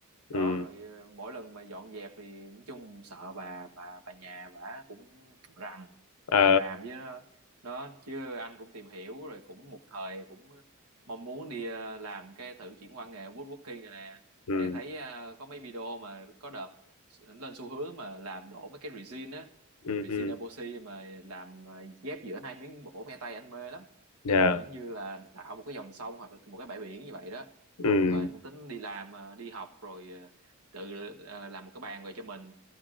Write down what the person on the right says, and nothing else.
đó
rồi ờ, mỗi lần mà dọn dẹp thì nói chung sợ bà bà bà nhà bà cũng rằn
ràm ràm với nó Đó, chứ anh cũng tìm hiểu rồi cũng một thời cũng mong muốn đi ờ, làm cái thử chuyển qua nghề woodworking rồi nè
tại thấy ờ, có mấy video mà có đợt lên xu hướng mà làm đổ mấy cái resin á
resin
epoxy mà làm à, ghép giữa hai miếng gỗ me tây anh mê lắm
nhìn nó như là tạo một cái dòng sông hoặc là một cái bãi biển như vậy đó
có một thời anh cũng tính đi làm à, đi học rồi à, tự à, làm một cái bàn về cho mình